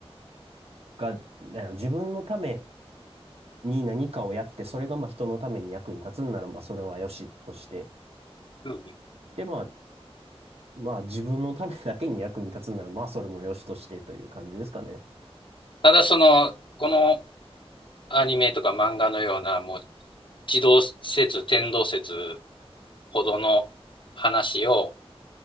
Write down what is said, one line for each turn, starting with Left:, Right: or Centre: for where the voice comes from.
Right: が、なんやろ自分のために何かをやって、それがまあ人のために役に立つんならまあそれはよしとして、
Left: うん、
Right: で、まあ、まあ自分のためだけに役に立つなら、まあそれも良しとしてという感じですかね。
Left: ただその、このアニメとか漫画のような、もう、地動説、天動説ほどの話を